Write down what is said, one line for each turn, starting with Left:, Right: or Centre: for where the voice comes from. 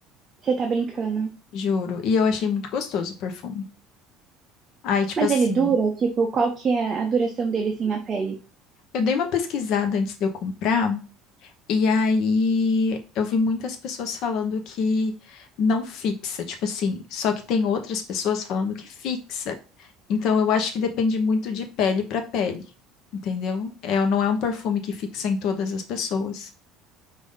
Right: você tá brincando.
Left: juro. E eu achei muito gostoso o perfume. Aí, tipo
Right: Mas
Left: assim,
Right: ele dura? Tipo, qual que é a duração dele assim na pele?
Left: eu dei uma pesquisada antes de eu comprar, e aí eu vi muitas pessoas falando que não fixa. Tipo assim, só que tem outras pessoas falando que fixa. Então, eu acho que depende muito de pele para pele, entendeu? É, não é um perfume que fixa em todas as pessoas.